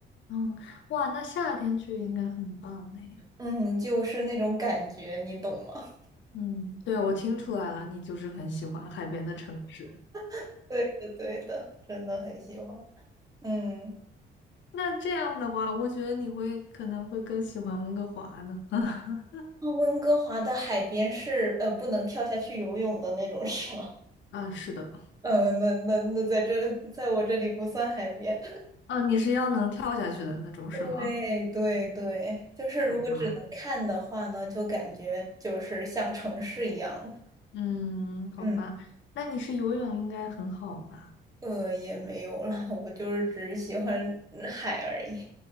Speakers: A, on the left (about 70°); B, on the right (about 20°).
A: 嗯，哇，那夏天去应该很棒哎。
B: 嗯，就是那种感觉，你懂吗？
A: 嗯，对，我听出来了，你就是很喜欢海边的城市。
B: <laughs> 对的，对的，真的很喜欢。嗯，
A: 那这样的话，我觉得你会可能会更喜欢温哥华呢。<laughs>
B: 那温哥华的海边是呃不能跳下去游泳的那种，是吗？
A: 啊，是的。
B: <laughs> 嗯，那那那在这，在我这里不算海边。
A: 哦，你是要能跳下去的那种是吗？
B: 对对对，就是如果只能看的话呢，
A: 好吧，
B: 就感觉就是像城市一样了
A: 嗯，好吧，
B: 嗯，
A: 那你是游泳应该很好吧？
B: 呃，也没有啦，我就是只是喜欢嗯海而已。